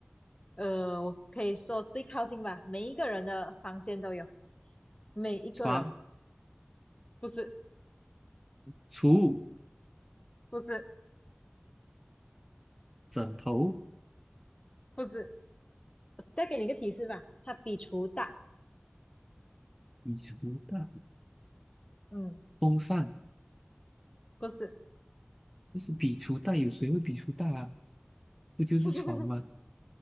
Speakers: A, on the left (about 25°); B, in the centre.
A: 呃，我可以说最靠近吧，每一个人的房间都有，每一个人，
B: 床、
A: 不是，
B: 储物、
A: 不是，
B: 枕头、
A: 不是。再给你一个提示吧，它比厨大，
B: 笔橱袋、
A: 嗯，
B: 风扇。
A: 不是。
B: 就是笔橱袋，有谁会笔橱袋啊？不就是床吗？
A: <laughs>